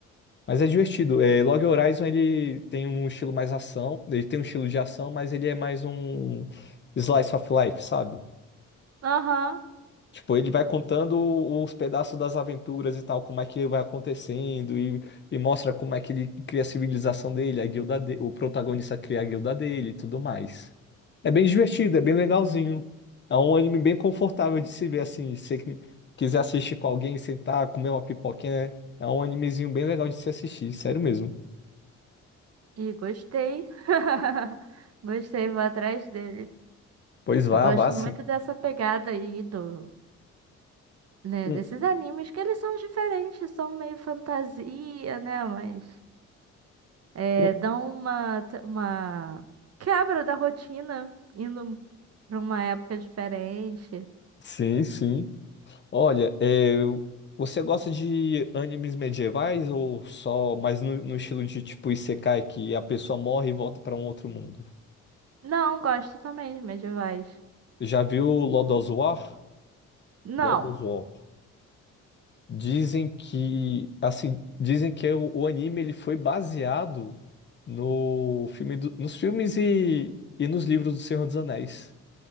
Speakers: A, on the left; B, on the right.
A: Mas é divertido. É, Log Horizon ele tem um estilo mais ação, ele tem um estilo de ação, mas ele é mais um slice of life, sabe?
B: Aham,
A: Tipo, ele vai contando os pedaços das aventuras e tal, como é que vai acontecendo, e, e mostra como é que ele cria a civilização dele, a guilda dele, o protagonista cria a guilda dele e tudo mais. É bem divertido, é bem legalzinho. É um anime bem confortável de se ver assim. Se você que- quiser assistir com alguém, sentar, comer uma pipoquinha, né? é um animezinho bem legal de se assistir, sério mesmo.
B: E gostei. <laughs> Gostei, vou atrás dele.
A: Pois vá,
B: Eu gosto
A: vá sim.
B: muito dessa pegada aí do, né,
A: Hum,
B: desses animes que eles são diferentes, são meio fantasia, né, mas é,
A: hum.
B: dão uma uma quebra da rotina indo pra uma época diferente.
A: Sim, sim. Olha, é, eu- você gosta de animes medievais ou só mais no, no estilo de tipo Isekai, que a pessoa morre e volta para um outro mundo?
B: Não, gosto também de medievais.
A: Já viu Lord of War?
B: Não.
A: Lord of War. Dizem que, assim, dizem que o, o anime ele foi baseado no filme do- nos filmes e, e nos livros do Senhor dos Anéis,